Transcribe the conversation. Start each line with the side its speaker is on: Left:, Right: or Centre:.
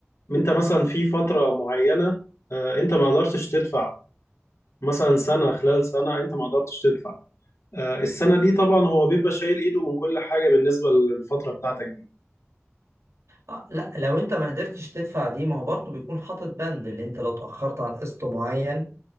Left: انت مثلا في فترة معينة آه، انت ما قدرتش تدفع مثلا سنة خلال سنة انت ما قدرتش تدفع آه، السنة دي طبعا هو بيبقى شايل ايده من كل حاجة بالنسبة للفترة بتاعتك دي
Right: آه لا لو انت ما قدرتش تدفع دي ما هو برضه بيكون حاطط بند اللي انت لو اتأخرت عن قسط معين